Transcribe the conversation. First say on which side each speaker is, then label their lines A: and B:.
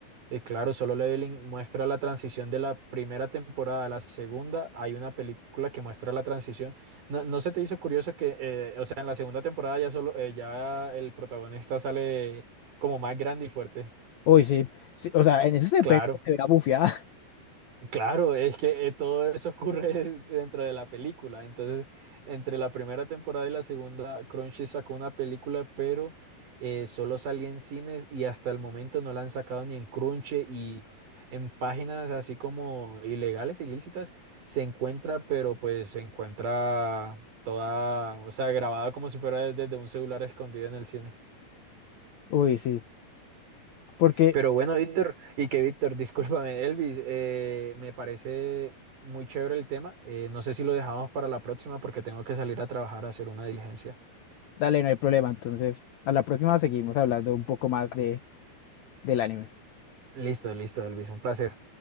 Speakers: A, on the right; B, on the left.
A: eh, claro, Solo Leveling muestra la transición de la primera temporada a la segunda. Hay una película que muestra la transición. ¿No, no se te hizo curioso que, eh, o sea, en la segunda temporada ya solo, eh, ya el protagonista sale como más grande y fuerte?
B: Uy, sí, sí, o sea, en eso se
A: Claro.
B: pega, se verá bufiada <laughs>
A: Claro, es que eh, todo eso ocurre <laughs> dentro de la película. Entonces, entre la primera temporada y la segunda, Crunchy sacó una película, pero eh, solo salía en cines y hasta el momento no la han sacado ni en Crunchy y en páginas así como ilegales, ilícitas, se encuentra, pero pues se encuentra toda, o sea, grabada como si fuera desde un celular escondido en el cine.
B: Uy, sí, porque,
A: Pero bueno, Víctor, y que Víctor, <laughs> discúlpame, Elvis, eh, me parece muy chévere el tema. Eh, no sé si lo dejamos para la próxima porque tengo que salir a trabajar a hacer una diligencia.
B: dale, no hay problema. Entonces, a la próxima seguimos hablando un poco más de, del anime.
A: Listo, listo, Elvis, un placer.